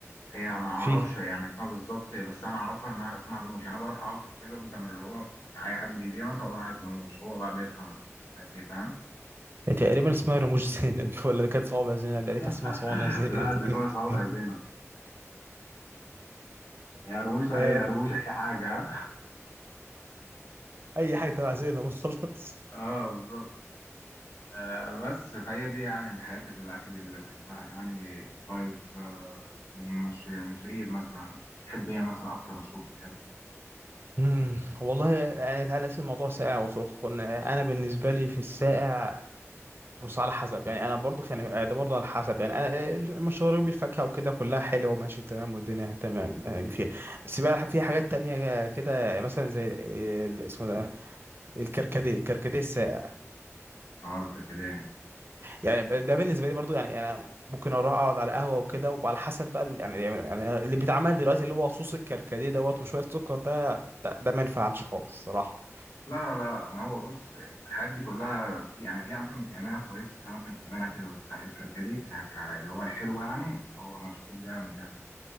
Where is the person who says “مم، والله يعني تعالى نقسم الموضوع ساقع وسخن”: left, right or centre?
Right